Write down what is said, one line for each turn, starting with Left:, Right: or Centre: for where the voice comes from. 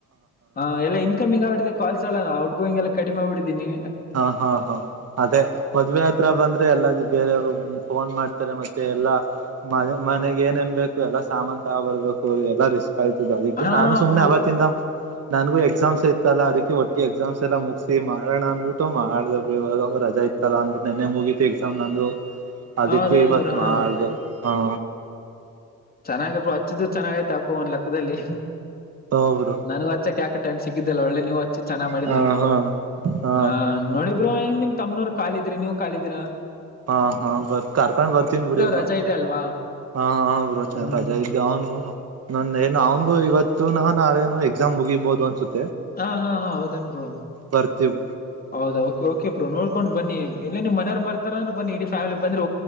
Left: ಹಾ ಎಲ್ಲಾ ಇನ್ಕಮಿಂಗ್ ಆಡಿದೆೆ ಕಾಲ್ಸಲ್ಲ ಔಟ್ ಗೋಯಿಂಗ್ ಎಲ್ಲ ಕಡಿಮೆಗ್ಬಿಡಿದೀನಿ
Right: ಹಾ ಹಾ ಹಾ ಅದೇ ಮದ್ವೆ ಹತ್ರ ಬಂದ್ರೆ ಎಲ್ಲ ಬೇರೆಯವ್ರು ಫೋನ್ ಮಾಡ್ತಾರೆ ಮತ್ತೆ ಎಲ್ಲಾ ಮ ಮನೆಗ್ ಏನ್ ನ್ ಬೇಕು ಎಲ್ಲಾ ಸಾಮಾನನ್ ತಗೋ ಬರ್ಬೇಕು ರಿ ಎಲ್ಲಾ ರಿಸ್ಕ್ ಆಯತದ ಅದಕ್ಕೆ
Left: ಹಾ
Right: ನಾನು ಸುಮ್ನೆ
Left: ಬ್ರೋ
Right: ಅವತ್ತಿಂದ ನನ್ಗು ಎಕ್ಸಾಮ್ಸ್ ಐತ್ತಲ್ಲ ಅದಕ್ಕೆ ಒಟ್ಟಿಗೆ ಎಕ್ಸಾಮ್ಸ್ ಎಲ್ಲ ಮುಗಿಸಿ ಮಾಡೋಣ ಅನ್ ಮಾಡ್ದ ರಜಾ ಇತ್ತಲ್ಲ ಅನ್ಬಿಟ್ಟು ನೆನೆೆ ಮುಗೀತಿ ಎಕ್ಸಾಮ್ ನಂದು ಅದಕ್ಕೆ
Left: ಹೌದೌದು
Right: ಇವತ್
Left: ಬ್ರೋ ಹಾ
Right: ಮಾಡಿದೆ ಹ
Left: ಚೆನ್ನಾಗರು ಹಚ್ಚಿದು ಚೆನ್ನಾಗ ಐತೆ ಅಕೋ ಒಂದ್ ಲೆಕ್ಕದಲ್ಲಿ
Right: ಹಾ ಬ್ರೋ
Left: ನನಗ ಹಚ್ಚಕ್ ಯಾಕ ಟೈಮ್ ಸಿಗಿದ ಲ್ಲ ಒಳ್ಳೆ ನೀವು ಹಚ್ಚಿ ಚೆನ್ನಾಗಿ ಮಾಡಿದ್ರ
Right: ಹಾ
Left: ಅಂತೂ
Right: ಹಾ ಹಾ
Left: ಆ ನೋಡಿ ಇ್ರ ನಿಮ್ ತಮ್ಮನವ್ ಕಾಲಿದ್ರಿ ನೀವ್ ಕಾಲಿದ್ರ
Right: ಹಾ ಹಾ ಬರ್ ಕಾರ್ಕೊಂಡ್ ಬರ್ತೀನ್ ಬಿಡಿ ಒಬರು
Left: ರಜಾ ಇದೆ ಅಲ್ವಾ
Right: ಹ ಹಬ್ರು
Left: ಹ್ಮ್
Right: ರಜಾ ಇದ್ದೆ ಅವ್ನ್ಗೂ ನನ್ನ ಏನು ಅವ್ನ್ಗೂ ಇವತ್ತು ನಾ ನಾಳೇನು ಎಕ್ಸಾಮ್ ಮುಗಿಬಹುದು ಅನ್ಸುತ್ತ
Left: ಹಾ ಹಾ ಹಾ ಹೌದೇನ್ರು
Right: ಬರ್ತೀವ್
Left: ಹೌದ ಕೆ ಬ ನೋಡ್ಕೊಂಡ್ ಬನ್ನಿ ಇಲ್ಲ ನಿಮ್ಮ ಮವ ಬರ್ತಾರ್ರ ಬಿ ಇಡ ಫಾಮಿಲಿ ಬಂದ್ರ